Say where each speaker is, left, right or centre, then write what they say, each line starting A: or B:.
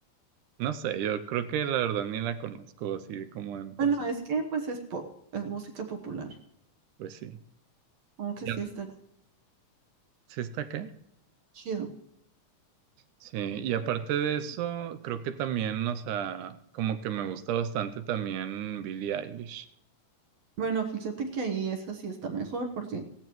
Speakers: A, on the right (about 80°); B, on the right (about 65°).
A: No sé, yo creo que la verdad ni la conozco así como en persona.
B: Bueno, es que pues es pop, es música popular,
A: Pues sí.
B: aunque
A: ¿Y
B: sí está
A: ¿Sí está qué
B: chido.
A: Sí, y aparte de eso, creo que también, o sea, como que me gusta bastante también Billie Eilish.
B: Bueno, fíjate que ahí esa sí está mejor porque